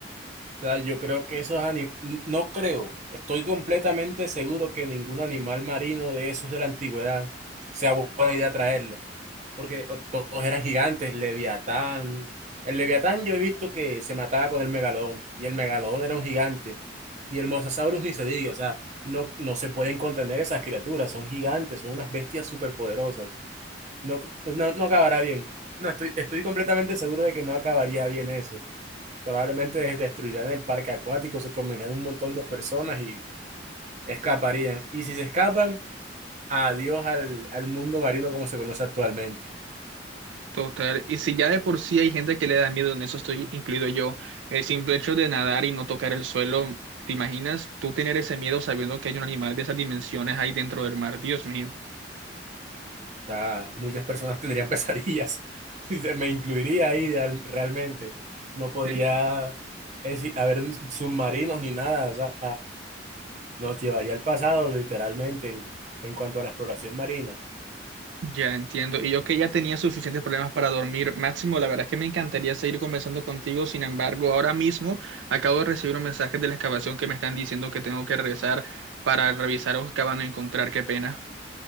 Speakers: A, on the right; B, on the right.
A: O sea, yo creo que esos animales, no creo, estoy completamente seguro que ningún animal marino de esos de la antigüedad sea bu- buena idea traerlo. porque o- todos eran gigantes, Leviatán. El Leviatán yo he visto que se mataba con el Megalodón, y el Megalodón era un gigante, y el Mosasaurus ni se diga, o sea, no, no se pueden contener esas criaturas, son gigantes, son unas bestias superpoderosas. No, no, no acabará bien. No, estoy, estoy completamente seguro de que no acabaría bien eso. Probablemente des- destruirán el parque acuático, se comerían un montón de personas y escaparían. Y si se escapan, adiós al, al mundo marino como se conoce actualmente.
B: Total, y si ya de por sí hay gente que le da miedo, en eso estoy incluido yo, el simple hecho de nadar y no tocar el suelo, ¿te imaginas tú tener ese miedo sabiendo que hay un animal de esas dimensiones ahí dentro del mar? Dios mío,
A: O sea, muchas personas tendrían pesadillas. <laughs> Y se- Me incluiría ahí real- realmente. No podría
B: Eh,
A: es decir- haber submarinos ni nada. O sea, nos llevaría al pasado literalmente en, en cuanto a la exploración marina.
B: ya entiendo. Y yo que ya tenía suficientes problemas para dormir. Máximo, la verdad es que me encantaría seguir conversando contigo, sin embargo, ahora mismo acabo de recibir un mensaje de la excavación que me están diciendo que tengo que regresar para revisar o que van a encontrar, qué pena.